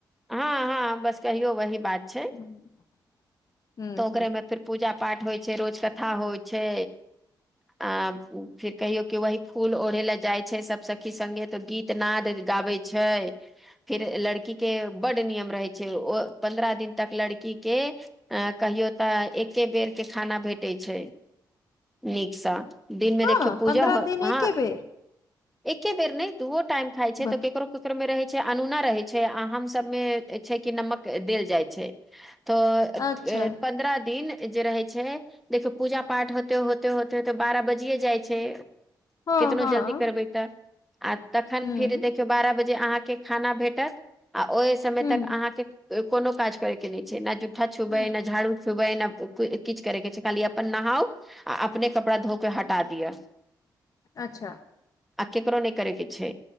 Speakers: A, in the centre; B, on the left.
A: हँ -हँ, बस कहियो, वही बात छै,
B: हुँ हुँ
A: तऽ ओकरे मे फेर पूजा पाठ होइ छै, रोज कथा होइ छै। आ फिर कहियो कि, वही फूल ओढ़े ले जाय छै, सब सखी संगेत। गीत नाद गाबै छै, फिर लड़की के बड नियम रहै छै, ओ पन्द्रह दिन तक लड़की के अ कहियो तऽ एके बेरके खाना भेटैत छै नीकसँ। दिनमे
B: हँ
A: देखियौ पूजा
B: पन्द्रह
A: हो,
B: दिन एके
A: हँ।
B: बेर
A: एके बेर नै, दूओ टाइम खाय छै,
B: ब
A: तो केकरो-केकरो में रहे छै, अनूना रहे छै। छै, आ हम सब मे छै कि, नमक देल जाइ छै। तऽ,
B: अच्छा
A: ए, पन्द्रह दिन। जे रहै छै, देखियौ, पूजा पाठ होते-होते-होते-होते, बारह बजियए जाइ छै।
B: हँ
A: केतनो
B: हँ
A: जल्दी करबै तऽ आ तखन
B: हुँ
A: फेर देख बारह बजे अहाॅं के खाना भेटत आ ओय समय
B: हुँ
A: तक अहां के कोनो काज करेके नहि छै न जूठा छुबय
B: हुँ
A: न झाडू। छुबय न किछ करेके छै खाली अपन नहाउ आ अपने कपड़ा धोक के हटा दिअ। <inaudible>
B: अच्छा
A: आ केकरो नहि करै के छै